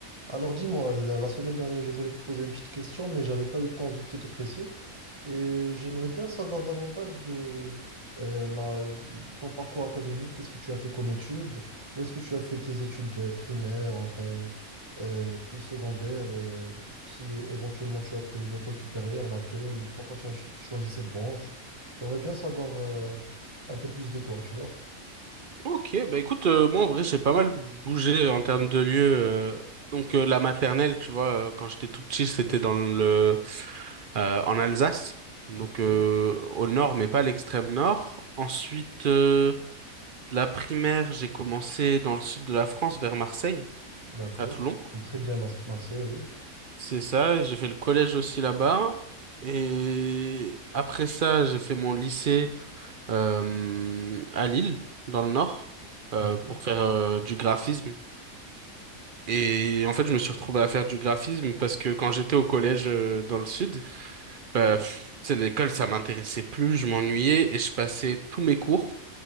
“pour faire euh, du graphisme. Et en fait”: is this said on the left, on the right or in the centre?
Right